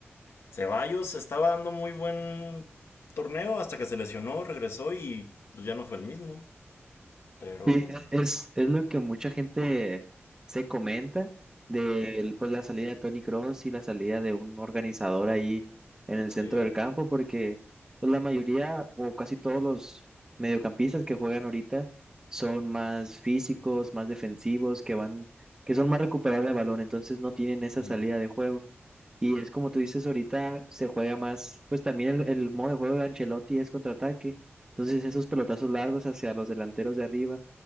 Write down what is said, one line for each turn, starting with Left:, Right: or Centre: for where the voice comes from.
Left: Ceballos estaba dando muy buen torneo hasta que se lesionó, regresó y pues, ya no fue el mismo. Pero
Right: Sí, e- es, es lo que mucha gente se comenta de el- pues, la salida de Tony Cross y la salida de un organizador ahí en el
Left: sí,
Right: centro del campo, porque pues, la mayoría o casi todos los mediocampistas que juegan ahorita son más físicos, más defensivos, que van, que son más recuperables de balón, entonces no tienen esa
Left: ujú,
Right: salida de juego. Y es como tú dices, ahorita se juega más, pues también el, el modo de juego de Ancelotti es contraataque, entonces esos pelotazos largos hacia los delanteros de arriba